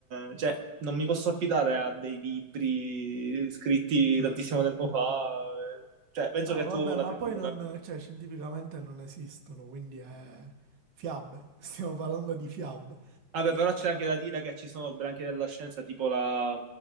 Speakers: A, on the right; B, on the right.
A: eh, cioè, non mi posso affidare a dei libri scritti
B: ok.
A: tantissimo tempo fa. eh. Cioè, penso
B: No,
A: che
B: vabbè,
A: tu
B: ma
A: la pensi
B: poi
A: come...
B: non, cioè scientificamente non esistono, quindi è fiabe. <laughs> Stiamo parlando di fiabe.
A: Vabbè, però c'è anche da dire che ci sono branche della scienza, tipo la,